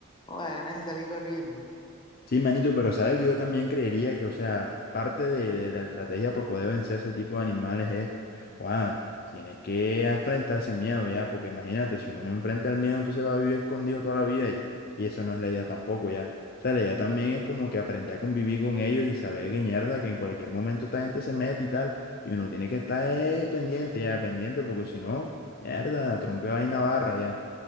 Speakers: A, on the left; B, on the left.
A: joda, ganas de salir corriendo.
B: Sí, manito, pero sabes que yo también creería que, o sea, parte de, de la estrategia para poder vencer a ese tipo de animales es, wow, tienes que enfrentar ese miedo ya, porque imagínate, si uno no enfrenta el miedo, entonces va a vivir escondido toda la vida y, y esa no es la idea tampoco ya. O sea, la idea también es como que aprender a convivir con ellos y saber que mierda, que en cualquier momento esta gente se mete y tal, y uno tiene que estar eh, pendiente ya, pendiente, porque si no, mierda, tronco de vaina barra ya.